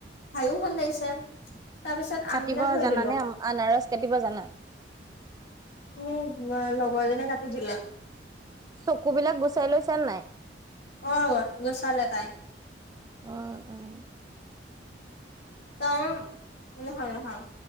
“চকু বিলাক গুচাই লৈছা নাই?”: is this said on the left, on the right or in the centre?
Right